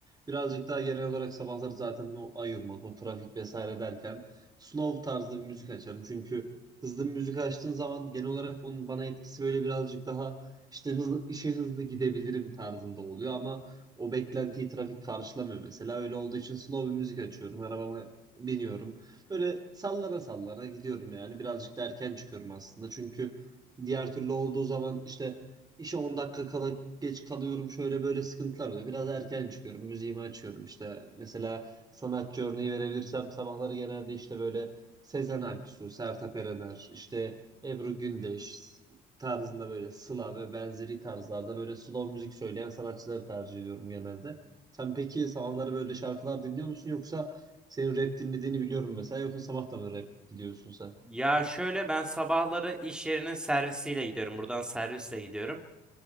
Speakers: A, on the right; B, in the centre.
A: Birazcık daha genel olarak sabahları zaten o ayılmak, o trafik vesaire derken slow tarzda bir müzik açarım. Çünkü hızlı bir müzik açtığın zaman genel olarak onun bana etkisi böyle birazcık daha işte hızlı, işe hızlı gidebilirim tarzında oluyor ama o beklentiyi trafik karşılamıyor mesela. Öyle olduğu için slow bir müzik açıyorum. Arabama biniyorum. Böyle sallana sallana gidiyorum yani. Birazcık da erken çıkıyorum aslında. Çünkü Diğer türlü olduğu zaman işte işe 10 dakika kala geç kalıyorum şöyle böyle sıkıntılar oluyor. Biraz erken çıkıyorum, müziğimi açıyorum. İşte mesela sanatçı örneği verebilirsem sabahları genelde işte böyle Sezen Aksu, Sertab Erener, işte Ebru Gündeş tarzında böyle Sıla ve benzeri tarzlarda böyle slow müzik söyleyen sanatçıları tercih ediyorum genelde. Sen peki sabahları böyle şarkılar dinliyor musun yoksa senin rap dinlediğini biliyorum mesela yoksa sabah da mı rap gidiyorsun sen?
B: Ya şöyle ben sabahları iş yerinin servisiyle gidiyorum. Buradan servisle gidiyorum.